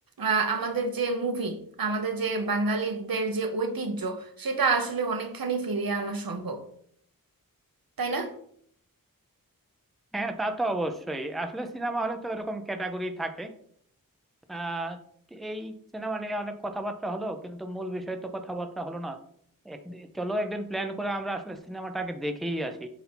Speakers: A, on the right; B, in the centre.
A: আহ, আমাদের যে মুভি আমাদের যে বাঙালিদের যে ঐতিহ্য সেটা আসলে অনেকখানি ফিরিয়ে আনা সম্ভব তাই না
B: হ্যাঁ তা তো অবশ্যই আসলে সিনেমা হলে তো এরকম ক্যাটাগরি থাকে আহ এই সিনেমা নিয়ে অনেক কথাবার্তা হলো কিন্তু মূল বিষয় তো কথাবার্তা হলো না এক- চলো একদিন প্ল্যান করে আমরা আসলে সিনেমাটাকে দেখেই আসি